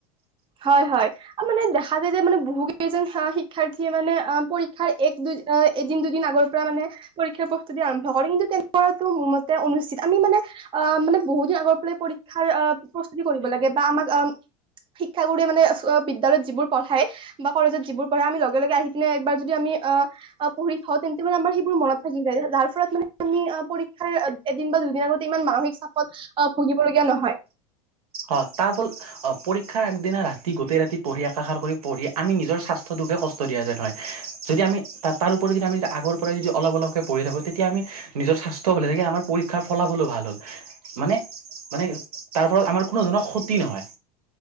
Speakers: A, on the right; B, on the right.
A: হয়, হয়, মানে দেখা যায় যে মানে বহু কেইজন শিক্ষাৰ্থীয়ে মানে অ' পৰীক্ষাৰ এক দুই অ' এদিন দুদিন আগৰ পৰা মানে পৰীক্ষাৰ প্ৰস্তুতি আৰম্ভ কৰে। কিন্তু তেনেকুৱটো মোৰ মতে অনুচিত আমি মানে আহ মানে বহু দিন আগৰ পৰাই পৰীক্ষাৰ প্ৰস্তুতি কৰিব লাগে বা আমাক অ' শিক্ষাগুৰুৰে মানে বিদ্যালয়ত যিবোৰ পঢ়াই বা কলেজত যিবোৰ পঢ়াই, আমি লগে লগে আহি পিনে একবাৰ যদি আমি অ' পঢ়ি থওঁ, তেন্তে মানে আমাৰ সেইবোৰ মনত থাকি যায়। যাৰ ফলত মানে আমি পৰীক্ষাৰ এদিন বা দুদিন আগতে ইমান মানসিক চাপত অ' ভুগিবলগীয়া নহয়।
B: অ' তাৰফলত অ' পৰীক্ষাৰ আগদিনা ৰাতি গোটেই ৰাতি পঢ়ি আকাষাৰ কৰি পঢ়ি আমি নিজৰ স্বাস্থ্য কষ্ট দিয়া যেন হয়। যদি আমি তাৰোওপৰিও যদি আমি আগৰ পৰাই যদি অলপ অলপকৈ পঢ়ি থাকোঁ। তেতিয়া আমি নিজৰ স্বাস্থ্য যেনেকে আমাৰ পৰীক্ষাৰ ফলাফলো ভাল হ'ল মানে মানে তাৰ ফলত আমাৰ কোনো ধৰণৰ ক্ষতি নহয়।